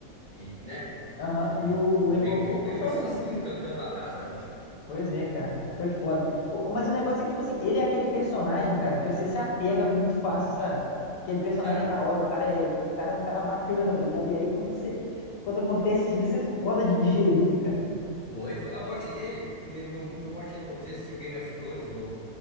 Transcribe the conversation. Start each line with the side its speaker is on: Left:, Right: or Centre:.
Right: e, né?
Left: Aham.
Right: E,
Left: E o
Right: e
Left: Rengoku
Right: o Rengoku
Left: ficou
Right: aí
Left: sozinho,
Right: foi sozinho
Left: né?
Right: tancando uma casa, bicho.
Left: Pois é, cara. Foi foda. O- Mas o negócio é que, tipo assim, ele é aquele personagem, cara, que você se apega muito fácil, sabe? Aquele personagem
Right: Cara,
Left: é da hora, o cara é, o cara é um cara bacana, tá ligado? E aí quando você, quando acontece isso, é foda de digerir, né, cara?
Right: foi, foi. A morte dele me lembrou muito a morte do. Não sei se tinha o Game of Thrones, do,